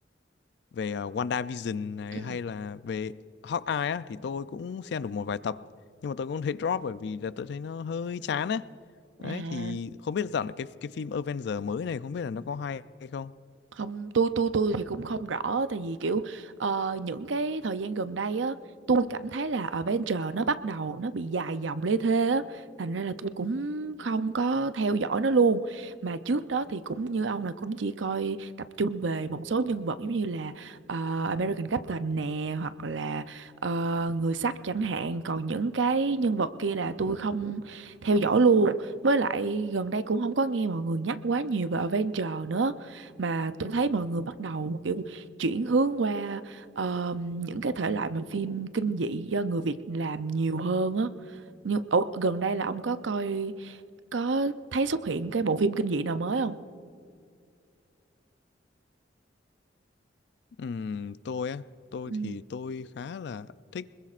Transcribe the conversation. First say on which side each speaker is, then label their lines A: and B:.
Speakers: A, on the left (about 65°); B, on the right (about 80°).
A: về ờ, WandaVision này
B: ừ
A: hay là về Hawkeye á thì tôi cũng xem được một vài tập nhưng mà tôi cũng thấy drop bởi vì là tôi thấy nó hơi chán á. Đấy
B: à
A: thì không biết dạo này cái cái phim Avengers mới này không biết là nó có hay hay không.
B: không tôi tôi tôi thì cũng không rõ tại vì kiểu ờ, những cái thời gian gần đây á tôi cảm thấy là Avenger nó bắt đầu nó bị dài dòng lê thê á thành ra là tôi cũng không có theo dõi nó luôn mà trước đó thì cũng như ông là cũng chỉ coi tập trung về một số nhân vật giống như là ờ, American Captain nè hoặc là ờ, người sắt chẳng hạn còn những cái nhân vật kia là tôi không theo dõi luôn với lại gần đây cũng không có nghe mọi người nhắc quá nhiều về Avenger nữa mà tôi thấy mọi người bắt đầu kiểu chuyển hướng qua ờ, những cái thể loại mà phim kinh dị do người Việt làm nhiều hơn á nhưng ủa, gần đây là ông có coi có thấy xuất hiện cái bộ phim kinh dị nào mới không
A: Ừm, tôi á, tôi
B: Ừ.
A: thì tôi khá là thích